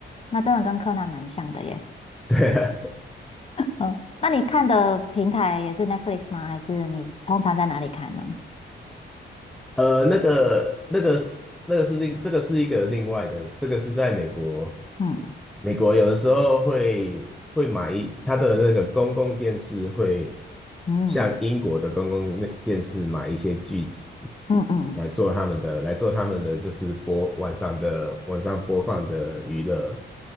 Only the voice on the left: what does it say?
那真的跟柯南蛮像的耶。
嗯，那你看的平台也是 Netflix 吗？还是你通常在哪里看呢？
嗯
嗯
嗯嗯